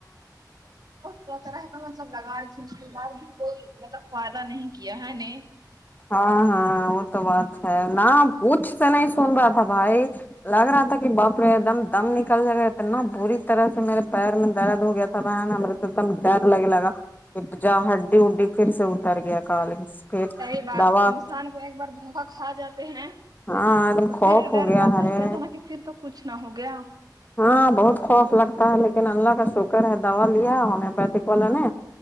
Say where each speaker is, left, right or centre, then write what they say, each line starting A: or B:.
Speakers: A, on the right; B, on the left.
A: طرح طرح کا مطلب لگا رہی تھھی اس کے بعد بھی کوئی مطلب فائدہ نہیں کیا ہے نے
B: ہاں ہاں وہ تو بات ہے نہ پوچھ تو نہیں سن رہا تھا بھائی لگ رہا تھا کہ باپرے ایک دم دم نکل جائے گا اتنا بری طرح سے میرے پیر میں درد ہو گیا تھا ب ہم تو ایک دم ڈر لگے ل گا ھر جا ہڈی ہڈی پھر سے اتر گیا کالج پھر
A: صی بات
B: دوا
A: انسان کو ایک بار دھوکا کھا جاتے ہیں
B: ہاں دم
A: تو
B: خوف
A: پھر
B: ہو
A: ڈر
B: گیا
A: لگتا
B: ارے
A: ہی کہ ایسا نہا کہ پھر تو کچھ نہ ہو گیا
B: ہاں بہت خوف لگتا ہے لیکن اللہ کا شکر ہے دوا لیا ہومیو پیتھک والا نے